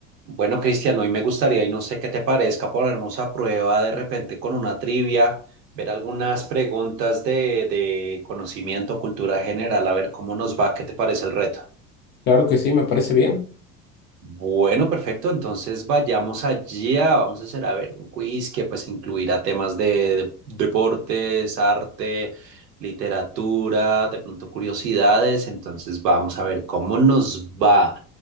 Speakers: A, on the right (about 75°); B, on the left (about 25°).
A: Bueno, Cristian, hoy me gustaría, y no sé qué te parezca, ponernos a prueba de repente con una trivia, ver algunas preguntas de, de conocimiento, cultura general, a ver cómo nos va, qué te parece el reto.
B: Claro que sí, me parece bien.
A: Bueno, perfecto, entonces vayamos allá, vamos a hacer, a ver, un quiz que pues incluirá temas de, de- deportes, arte, literatura, de pronto curiosidades, entonces vamos a ver cómo nos va.